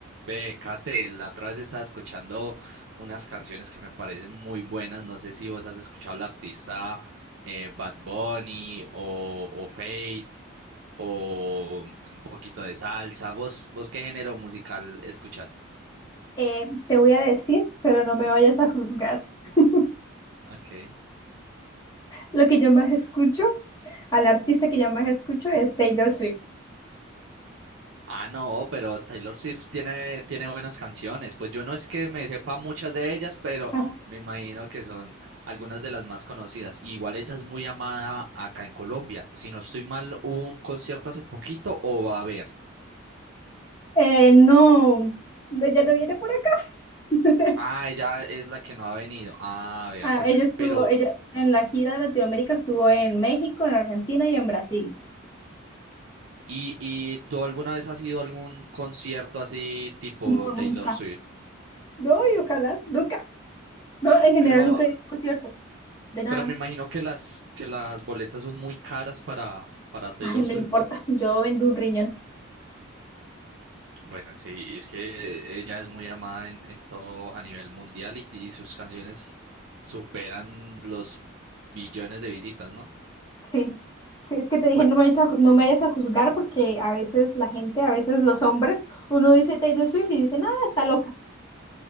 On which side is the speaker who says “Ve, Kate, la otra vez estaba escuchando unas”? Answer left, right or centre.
Right